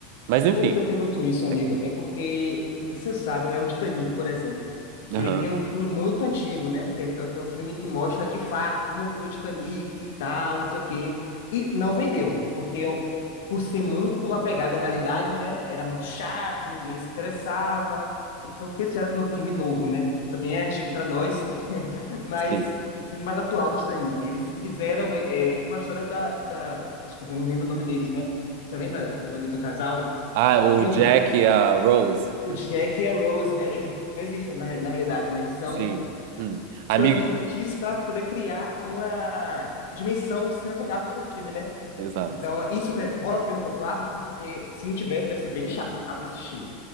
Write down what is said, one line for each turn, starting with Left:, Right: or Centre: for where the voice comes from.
Right: Mas enfim,
Left: Por que eu pergunto isso, amigo?
Right: recomendo.
Left: É porque, você sabe, né? O Titanic, por exemplo,
Right: Aham,
Left: ele tem um filme muito antigo, né? Que é, que é um filme que mostra de fato como foi o Titanic e tal, não sei o quê. E não vendeu, porque eu, por ser muito apegado à realidade, né? Era muito chato, ninguém se interessava. Então, que eles fizeram no filme novo, né? Que também é antigo para nós, <laughs> mas
Right: sim.
Left: o filme mais atual do Titanic. Eles refizeram eh, eh, com a história da, da. Desculpa, eu não lembro o nome deles, né? Você lembra do nome do casal? principal
Right: Ah, o
Left: do filme,
Right: Jack e a Rose.
Left: o Jack e a Rose, né? Eles não existem na, reali- na realidade, né? Eles são
Right: Sim. Hum. Amigo.
Left: puramente fictícios para poder criar uma dimensão cinematográfica para o filme, né?
Right: Exato.
Left: Então, isso que rola também no Conclave, porque se não tiver, deve ser bem chato de assistir.